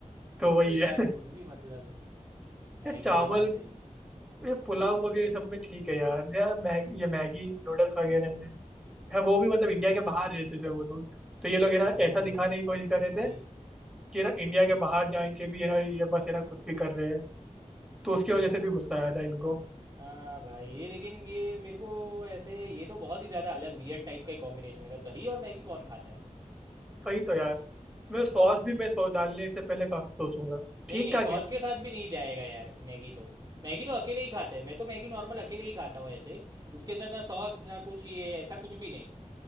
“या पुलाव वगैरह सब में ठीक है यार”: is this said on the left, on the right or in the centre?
Centre